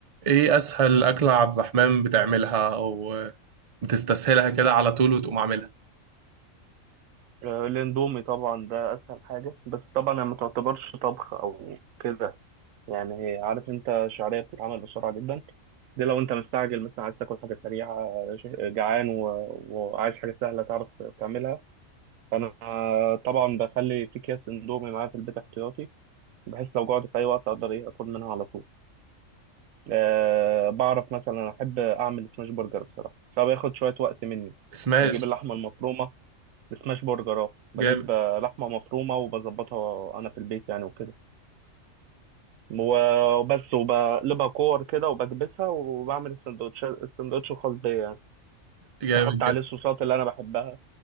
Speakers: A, on the right; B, on the right.
A: ايه اسهل اكلة عبد الرحمن بتعملها او بتستسهلها كده على طول وتقوم عاملها
B: آه، الاندومي طبعا ده اسهل حاجه بس طبعا هي ما تعتبرش طبخ او كده يعني عارف انت شعريه بتتعمل بسرعه جدا دي لو انت مستعجل مثلا عايز تاكل حاجه سريعه ش- جعان و... وعايز حاجه سهله تعرف تعملها فانا طبعا بخلي في اكياس اندومي معايا في البيت احتياطي بحيث لو جوعت في اي وقت اقدر ايه اكل منها على طول أه بعرف مثلا احب اعمل سماش برجر بصراحه فبياخد شويه وقت مني
A: سماش
B: بجيب اللحمه المفرومه سماش برجر اه بجيب
A: جامد
B: آه، لحمه مفرومه وبظبطها انا في البيت يعني وكده و- وبس وبقلبها كور كده وبكبسها وبعمل السندوتش السندوتش الخاص بيا يعني
A: جامد
B: بحط عليه
A: جدا
B: الصوصات اللي انا بحبها